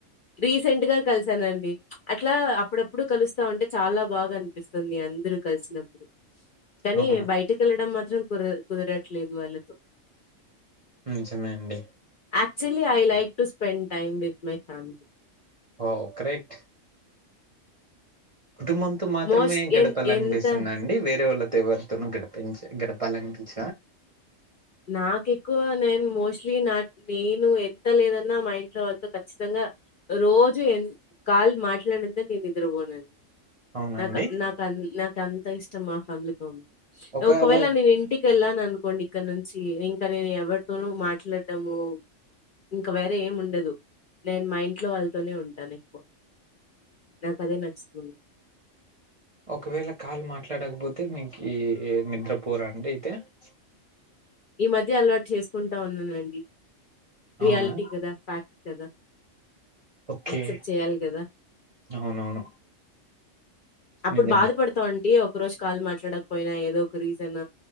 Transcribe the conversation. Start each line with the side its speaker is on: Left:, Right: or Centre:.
Left: రీసెంట్ గా కలిసానండి ప్చ్ అట్లా అప్పుడప్పుడు కలుస్తా ఉంటే చాలా బాగా అనిపిస్తుంది అందరు కలిసినప్పుడు కానీ
Right: అవును
Left: బయటికి వెళ్ళడం మాత్రం కుర కుదరట్లేదు వాళ్ళతో
Right: నిజమే అండి
Left: actually I like to spend time with my family
Right: oh great కుటుంబంతో మాత్రమే
Left: మోస్ట్‌లీ
Right: గడపాలనిపిస్తుందండి
Left: ఎన్ ఎంత
Right: వేరే వాళ్ళతో ఎవరితోను గడిపించ గడప పళనించ
Left: నాకెక్కువ నేను మోస్ట్లీ నా నేను ఎంత లేదన్నా మా ఇంట్లో వాళ్ళతో ఖచ్చితంగా రోజు ఎ కాల్ మాట్లాడిందే నేను నిద్రపోనండీ
Right: అవునండి
Left: నాక్ నాకు నాకు అంత ఇష్టం మా ఫ్యామిలీతో ఉండ
Right: ఒకవేళ
Left: ఒకవెళ నేను ఇంటికెళ్లనుకోండి ఇక్కడనుం చి ఇంకా నేను ఎవరితోనూ మాట్లాడాము ఇంక వేరే ఏం ఉండదు నేను మా ఇంట్లో వాళ్ళతోనే ఉంటాను ఎక్కువ నాకదే నచ్చుతది
Right: ఒకవేళ కాల్ మాట్లాడకపోతే మీకి నిద్రపోరాండి అయితే <unintelligible>
Left: ఈ మధ్య అలవాటు చేసుకుంటా ఉన్ననండి
Right: అవునా
Left: రియాలిటీ కదా ఫ్యాక్ట్ కదా
Right: ఓకే
Left: యాక్సెప్ట్ చేయాలి కదా
Right: అవునవును
Left: అప్పుడు
Right: నిజమే
Left: బాధపడతమండి ఒక రోజు కాల్ మాట్లాడకపోయినా ఏదో ఒక రీజన్